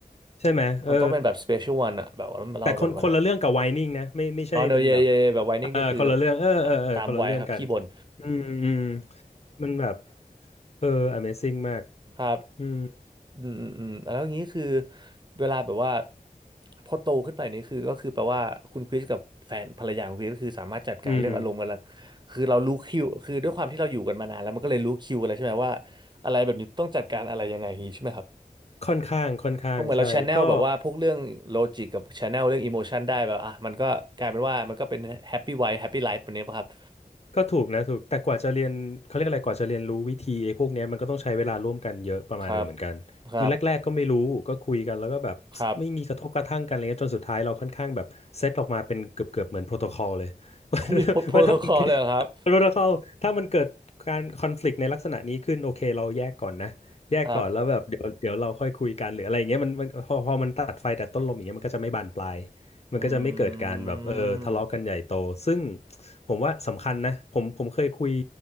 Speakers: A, on the left (about 45°); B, on the right (about 30°).
A: ใช่ไหมเออ
B: มันต้องเป็นแบบ special one อะแบบว่าเราแบบวันนั้น
A: แต่คนคนละเรื่องกับไวนิ่งนะไม่ไม่ใช่เป็นแบบ
B: อ๋อเนอะเย่เย่แบบไวนิ่งนี่คือ
A: เออคนละเรื่องเออเออเออคนละเรื่องกัน
B: อ่ะตามวัยครับขี้บ่น
A: อืมอืมมันแบบเออ Amazing มาก
B: <laughs> ครับ
A: อืม
B: อืมอืมอืมแล้วอย่างนี้คือเวลาแบบว่าพอโตขึ้นไปนี่คือก็คือแปลว่าคุณคริสกับแฟนภรรยาของคริสก็คือสามารถจัดการเรื่องอารมณ์กันละ
A: อืม
B: คือเรารู้คิวคือด้วยความที่เราอยู่กันมานานแล้วมันก็เลยรู้คิวอะไรใช่ไหมว่าอะไรแบบนี้ต้องจัดการอะไรยังไงอย่างนี้ใช่ไหมครับ
A: ค่อนข้างค่อนข้างใช่ก็
B: เพราะเหมือนเราแชนแนลแบบว่าพวกเรื่องโลจิกกับแชนแนลเรื่องอิโมชันได้แบบอ่ะมันก็กลายเป็นว่ามันก็เป็นแฮปปี้ไวท์แฮปปี้ไลฟ์แบบนี้ป่ะครับ
A: ก็ถูกนะถูกแต่กว่าจะเรียนเขาเรียกอะไรกว่าจะเรียนรู้วิธีไอ้พวกเนี้ยมันก็ต้องใช้เวลาร่วมกันเยอะประมาณหนึงเหมือนกันคือแรกๆก็ไม่รู้ก็คุยกันแล้วก็แบบ
B: ครับครับครับ
A: <tsk> ไม่มีกระทบกระทั่งกันอะไรเงี้ยจนสุดท้ายเราค่อนข้างแบบเซตออกมาเป็นเกือบๆเหมือนโปรโตคอลเลย <laughs> ว่า
B: <laughs> มีโปรโตคอลเลยเหรอครับ
A: ว่าถ้ามัน <laughs> โปรโตคอลถ้ามันเกิดการคอนฟ lict ในลักษณะนี้ขึ้นโอเคเราแยกก่อนนะแยกก่อนแล้วแบบเดี๋ยวเดี๋ยวเราค่อยคุยกันหรืออะไรอย่างเงี้ยมันมันพอพอมันตัดไฟแต่ต้นลมอย่างเงี้ยมันก็จะไม่บานปลาย
B: ครับ
A: มันก็จะไม่เกิดการแบบเออทะเลาะกันใหญ่โตซึ่ง
B: อืม
A: ผมว่าสำคัญนะผมผมเคยคุย